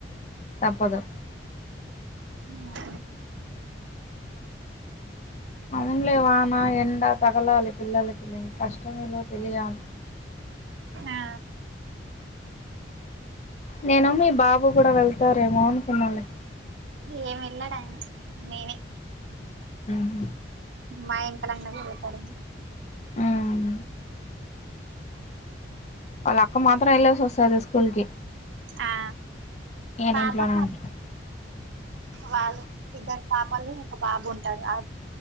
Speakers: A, on the left (about 35°); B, on the right (about 75°).
A: తప్పదు
B: ఊ
A: అవునులే వాన ఎండ తగలాలి పిల్లలకి కష్టమేమిటో తెలియాలి
B: ఆ
A: నేను మీ బాబు కూడా వెళ్తారేమో అనుకున్నాలే
B: ఏమి వెళ్ళాడాయన మేమే
A: ఊహ
B: మా వెనకాల వెనకాలనే తిరుగుతాడు
A: ఉమ్ వాళ్ళ అక్క మాత్రం వెళ్ళేసి వస్తది స్కూల్ కి
B: ఆ
A: ఈయన
B: పాప
A: ఇంట్లోనే
B: <unintelligible>
A: ఉంటాడు
B: వాళ్ళు ఇద్దరు పాపలు ఒక బాబు ఉంటారు